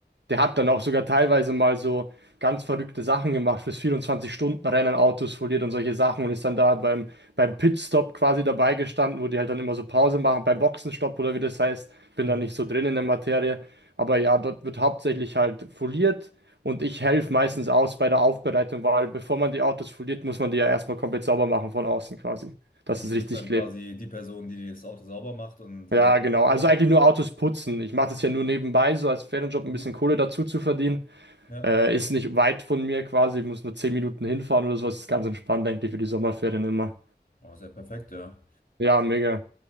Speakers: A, on the right; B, on the left.
A: Der hat dann auch sogar teilweise mal so ganz verrückte Sachen gemacht, fürs 24-Stunden-Rennen Autos foliert und solche Sachen und ist dann da beim, beim Pitstop quasi dabei gestanden, wo die halt dann immer so Pause machen, beim Boxenstopp oder wie das heißt. Bin
B: Mhm.
A: da nicht so drin in der Materie. Aber ja, dort wird hauptsächlich halt foliert und ich helfe meistens aus bei der Aufbereitung, weil bevor man die Autos foliert, muss man die ja erstmal komplett sauber machen von außen quasi, dass
B: Also
A: es
B: du
A: richtig
B: bist dann
A: klebt.
B: quasi die Person, die das Auto sauber macht und
A: Ja,
B: äh,
A: genau. Also
B: äh,
A: eigentlich nur Autos putzen. Ich mache das ja nur nebenbei, so als Ferienjob ein
B: mhm.
A: bisschen Kohle dazu zu verdienen.
B: ja,
A: Äh, ist nicht weit von mir quasi, ich muss nur 10 Minuten hinfahren oder sowas. Ist ganz entspannt, denke ich, für die Sommerferien immer.
B: oh, sehr perfekt, ja.
A: Ja, mega.